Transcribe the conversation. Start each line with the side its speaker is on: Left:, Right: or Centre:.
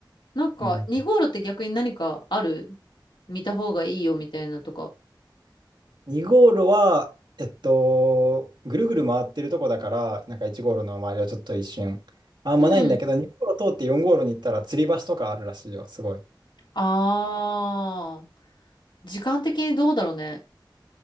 Left: なんか、
Right: うん。
Left: 2号路って逆に何かある見た方がいいよみたいなとか。
Right: 2ゴールは、えっと、ぐるぐる回ってるとこだから、なんか1ゴールの周りはちょっと一瞬、あんまないんだけど、
Left: うん。
Right: 2ゴール通って4ゴールに行ったら、吊り橋とかあるらしいよ、すごい。
Left: あー。時間的にどうだろうね。